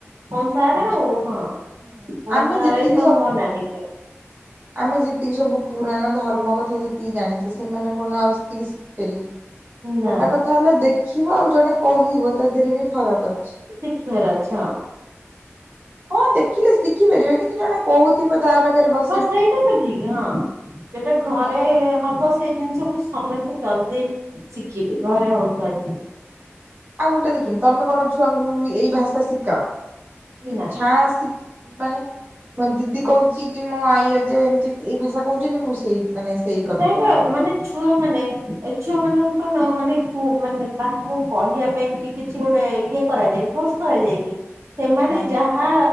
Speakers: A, on the right; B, on the right.
A: ଫୋନ୍ ସାର ଆଉ ହଁ।
B: ହୁଁ
A: କନ୍
B: ଆମେ
A: ସ
B: ଯେତିକି
A: ଏ ସବୁ ଫୋ ନାଠିକ <unintelligible>
B: ଆମେ ଯେତିକି ସବୁ ପୁରାଣ ଧର୍ମ କଥା ଯେତିକି ଜାଣିଛେ ସେମାନେ କଣ ଆଉ ସେତିକି ସି ଖିବେ
A: ନା
B: ଗୋଟା କଥା ହେଲା ଦେଖିବ ଆଉ ଜଣେ କହିବ ତା ଦେହରେ ବି ଫରକ ଅଛି।
A: ଶିଖିବାର ଅଛ ହଁ।
B: ହଁ ଦେଖିଲେ ଶିଖିପାରିବେ କିନ୍ତୁ ଜଣେ କହୁ ଇଏ ପା ତା ପାଖରେ ବସି
A: ହ ସେଇଟା ତ ଠିକ୍ ହଁ ସେଟା ଘରେ
B: ଆଉ
A: ହବ ସେଇ ଜିନିଷକୁ ସମସ୍ତେ ଜଲ୍ଦି ଶିଖିବେ ଘରେ ହଉଥିବା ଯ
B: ଆଉ ଗୋଟେ ଦେଖିନି ତମେ କଣ ଛୁଆଙ୍କୁ ଏଇ ଭାଷା ଶିଖାଅ
A: ନା
B: ଛା ଶିଖି ମାନେ ମୋ ଦିଦି କହୁଛି କି ମୋ ଆଈ ଅଜା ଏମିତି ଏଇ ଭାଷା କହୁଛନ୍ତି ମୁଁ ସେଇ ମାନେ ସେଇ କଥା
A: ସେଇପା
B: କହିବି।
A: ମାନେ ଛୁଆ ମାନେ ଏ ଛୁଆ ମାନଙ୍କ କଣ ମାନେ ମାନେ ତାକୁ କହିବା ପାଇଁ କି କିଛି ଗୋଟେ ଇଏ କରାଯାଏ କୋର୍ସ କରାଯାଏ କି? ସେମାନେ
B: ନାଇଁ
A: ଯାହା